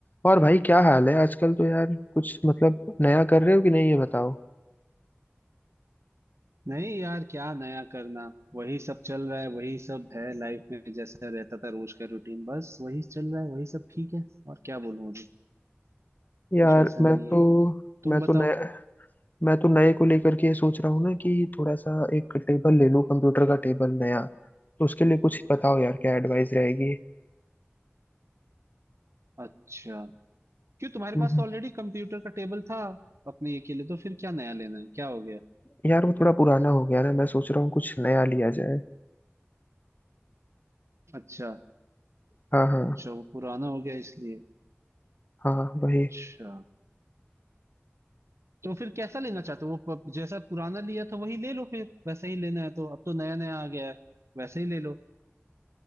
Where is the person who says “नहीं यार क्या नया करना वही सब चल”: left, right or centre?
Right